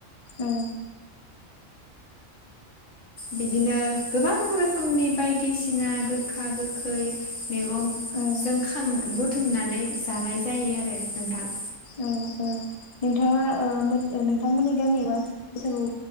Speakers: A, on the left (about 35°); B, on the left (about 80°).
A: ओ।
B: बिदिनो गोबां रोखोमनि बायदिसिना गोखा गोखै मैगं
A: औ
B: जों खां बुथुमनानै जानाय जायो आरो नोंथां।
A: औ ओ नोंथाङा ओ मोन नोंथांमोननि गामियावबा बैसागु